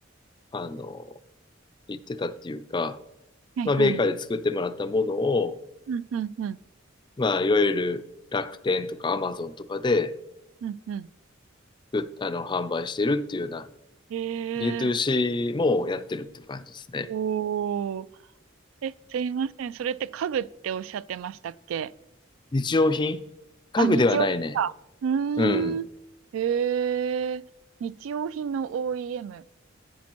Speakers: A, on the left; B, on the right.
A: あの、言ってたっていうか、
B: はいはい
A: まあ、メーカーで作ってもらったものを、
B: うんうんうん
A: まあ、いわゆる楽天とかアマゾンとかで、
B: うんう
A: うあの、販売してるっていうような、
B: んえー、
A: B2C もやってるっていう感じですね。
B: おー、え、すいません。それって家具っておっしゃってましたっけ
A: 日用品家具ではないね。
B: あ、日用品か。う
A: うん。
B: ーん。へえ。日用品の OEM。